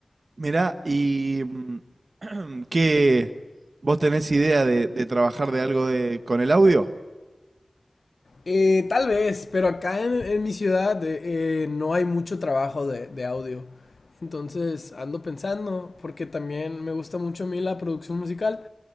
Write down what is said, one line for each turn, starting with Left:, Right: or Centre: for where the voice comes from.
Right: Mirá, y mm, <clears throat> ¿qué vos tenés idea de, de trabajar de algo de con el audio?
Left: Eh, tal vez, pero acá en, en mi ciudad eh, eh, no hay mucho trabajo de, de audio. Entonces ando pensando, porque también me gusta mucho a mí la producción musical